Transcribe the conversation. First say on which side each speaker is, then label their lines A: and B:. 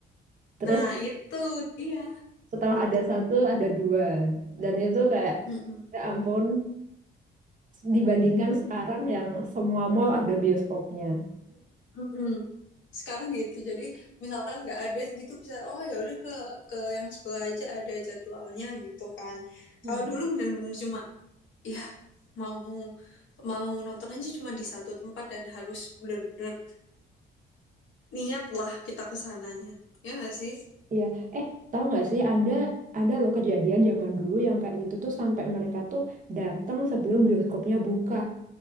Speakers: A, on the right; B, on the left.
A: Terus
B: Nah, itu dia.
A: setelah ada satu ada dua dan itu kayak
B: Mm-mm.
A: ya ampun dibandingkan sekarang yang semua mall ada bioskopnya
B: Mm-mm. Sekarang gitu. Jadi misalkan nggak ada gitu bisa oh ya udah ke ke yang sebelah aja ada jadwalnya gitu kan.
A: Iya.
B: Kalau dulu bener-bener cuma ya mau mau nonton aja cuma di satu tempat dan harus bener-bener niat lah kita ke sananya. Ya nggak sih?
A: iya eh tahu nggak sih anda ada loh kejadian zaman dulu yang kayak gitu tuh sampai mereka tuh datang sebelum bioskopnya buka